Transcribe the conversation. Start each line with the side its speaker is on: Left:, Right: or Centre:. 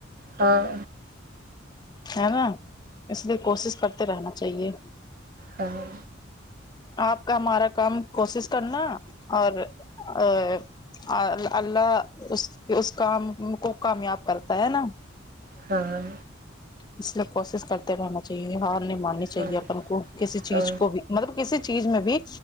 Right: ہاں
Left: ہے نا اس لیے کوشش کرتے رہنا چاہیے
Right: ہاں
Left: آپ کا ہمارا کام کوشش کرنا اور ا اللہ اس اس کام کو کامیاب کرتا ہے نا
Right: ہاں
Left: اس لیے کوشش کرتے رہنا چاہیے ہار نہیں ماننی چاہیے
Right: ہاں
Left: اپن کو کسی چیز
Right: ہاں
Left: کو بھی مطلب کسی چیز میں بھی